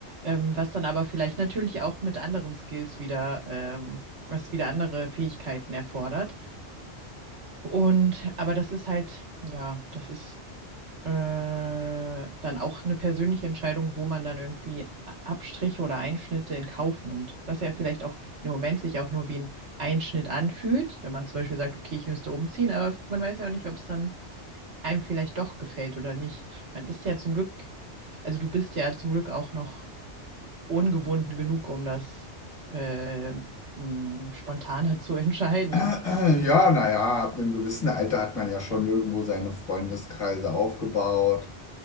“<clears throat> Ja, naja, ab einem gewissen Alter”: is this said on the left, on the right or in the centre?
Left